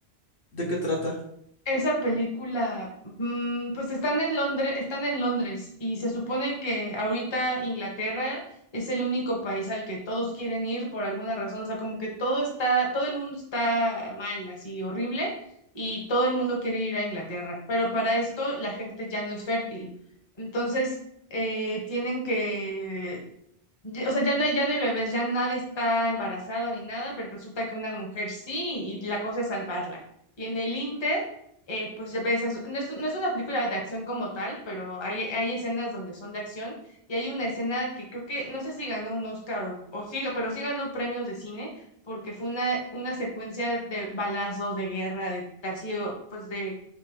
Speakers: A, on the left; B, on the left.
A: ¿De qué trata?
B: Esa película, mm, pues están en Londres, están en Londres y se supone que ahorita Inglaterra es el único país al que todos quieren ir por alguna razón, o sea, como que todo está, todo el mundo está mal, así horrible y todo el mundo quiere ir a Inglaterra, pero para esto la gente ya no es fértil, entonces eh, tienen que ya- O sea, ya no hay, ya no hay bebés, ya nadie está embarazado ni nada, pero resulta que una mujer sí, y la cosa es salvarla. Y en el Inter, eh, pues ya ves, es- no es, no es una película de acción como tal, pero hay, hay escenas donde son de acción, y hay una escena que creo que, no sé si ganó un Oscar o, o sí, pero sí ganó premios de cine, porque fue una, una secuencia de balazos, de guerra, de, de así, o, pues de,